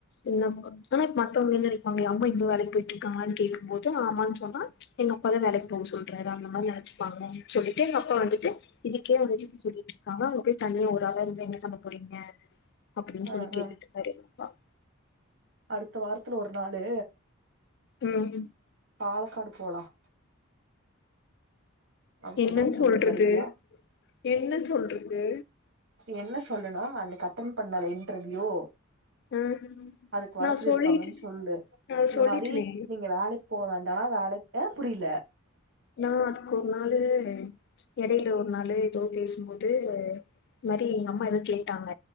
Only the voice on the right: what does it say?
ஆ ஆ
அடுத்த வாரத்துல ஒரு நாளு
பாலக்காடு போலாம் அதுக்கு
ஏதோன்னு சொல்லிட்டு
வருவியா
என்ன சொல்லுனா அந்த போன் பண்ணல இன்டர்வியோ
அதுக்கு வர
சொல்லி
இருக்காங்கன்னு சொல்லு
இந்த
மாதிரி நீங்க வேலைக்கு போகதான்ட ஆனா அழ ஆஹன் புரியல